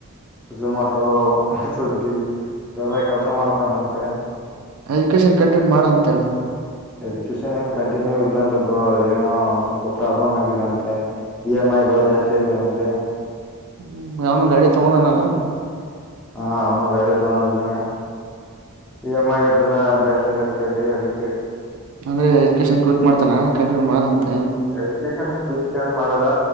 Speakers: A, in the centre; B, on the right.
A: ಝೊಮಾಟೊ ಸುಗ್ಗಿ
B: ಹ್ಮ್
A: ಎವೆಲ್ಲ ಕೆಲ್ಸ ಮಾಡತಾನಂತೆ
B: ಎಜುಕೇಶನ್ ಕಂಟಿನ್ಯೂ ಮಾಡ ಅಂತ ಹೇಳ
A: ಎಜುಕೇಶನ್ ಏನ್ ಕಂಟಿನ್ಯೂ ಇಲ್ಲ ಅಂತ ಬ್ರರು ಅದ ೇನೋ ಸ್ವಲ್ಪ ಪ್ರಾಬ್ಲಮ್ ಆಗಿದೆ ಅಂತೆ ಇ ಎಮ್ ಐಗ ಜಾಸ್ತಿ ಆಗಿದಾವಂತೆ
B: ಹ್ಮ ಅವಾವನು ಗಾಡಿ ತಗೊಂಡನಲ್ಲ
A: ಹಾ ಅವನು ಗಾಡಿ ತಗೊಂಡಿದ್ದಾನೆ ಇ ಎಮ್ ಐ ಆತಿಲ್ಲ ಜಾಸ್ತಿ ಹೆಚ್ಚಾಗಗ್ತಾ ಇದೆ ಅದಕ್ಕೆ
B: ಅಂದ್ರೆ ಎಜುಕನ್ ಕವಿಟ್ ಮಾಡ್ತಾನ ಕಂಟ ಮಾಡ ಅಂತ
A: ಎಜುಕೇಶನ್ ಕ್ವಿಟನ್ ಮಾಡಲ್ಲ